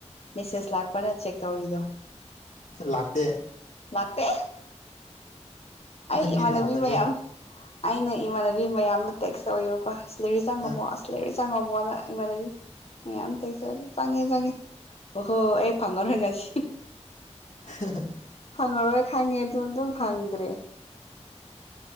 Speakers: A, on the left; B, on the left.
A: ꯃꯦꯁꯦꯁ ꯂꯥꯛꯄ꯭ꯔꯅ ꯆꯦꯛ ꯇꯧꯔꯤꯗꯣ꯫
B: ꯂꯥꯛꯇꯦ꯫
A: ꯂꯥꯛꯇꯦ ꯑꯩ
B: ꯅꯪꯒꯤ
A: ꯏꯃꯥꯟꯅꯕꯤ
B: ꯗꯥꯎꯅꯅꯤ
A: ꯃꯌꯥꯝ꯫ ꯑꯩꯅ ꯏꯃꯥꯟꯅꯕꯤ ꯃꯌꯥꯝꯗꯣ ꯇꯦꯛꯁ ꯇꯧꯋꯦꯕꯀꯣ ꯁꯦꯂꯔꯥꯔꯤ ꯆꯪꯉꯕꯣ
B: ꯑ
A: ꯑꯁ꯫ ꯁꯦꯂꯥꯔꯔꯤ ꯆꯪꯉꯕꯣꯅ ꯏꯃꯥꯟꯅꯕꯤ ꯃꯌꯥꯝ ꯇꯦꯁ <unintelligible> ꯆꯪꯉꯦ ꯆꯪꯉꯦ꯫ ꯑꯣꯍꯣ ꯑꯩ ꯐꯪꯉꯔꯣꯏ ꯉꯁꯤ꯫
B: <unintelligible>
A: ꯐꯪꯉꯔꯣꯏ ꯈꯪꯉꯦ ꯑꯗꯨ ꯑꯗꯨꯝ ꯐꯪꯗ꯭ꯔꯦ꯫